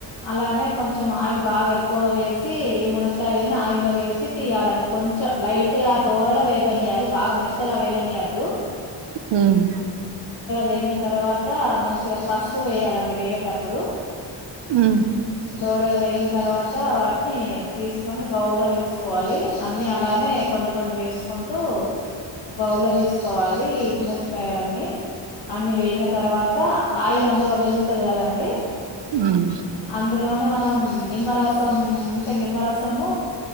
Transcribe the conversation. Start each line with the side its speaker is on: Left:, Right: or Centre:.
Left: అలానే కొంచెం ఆయిల్ బాగా ఎక్కువగా వేసి ఈ మునక్కాయలను ఆయిల్లో వేసి తీయ్యాలండి కొంచ కొంచెం లైట్ గా దోరగా వేగనీయ్యాలి బాగా మెత్తగా వేగనీయద్దు
Right: ఉను
Left: వేగిన తర్వాత మంచిగా పసుపు వేయాలండి వేగేటప్పుడు
Right: ఉమ్
Left: దోరగా వేయిన్ తర్వాత వాటిని తీసుకొని బౌల్ లో వేసుకోవాలి అన్ని అలానే కొన్ని కొన్ని వేసుకు కుంటూ బౌల్లో తీసుకోవాలి ముూనక్కయలన్నీ అన్ని వేగిన తర్వాత ఆయిల్ అందులో మిగులుతాది కదండి
Right: ఉను
Left: అందులోనే మనం నిమ్మరసం ఉంటే నిమ్మరసము